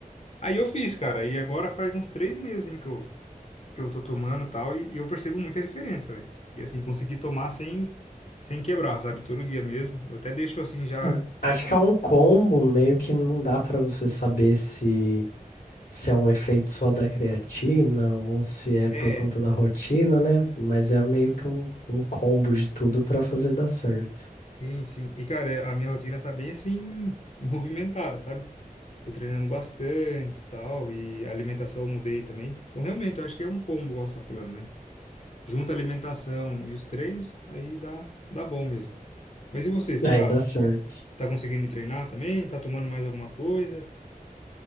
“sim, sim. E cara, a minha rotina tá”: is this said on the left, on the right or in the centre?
Left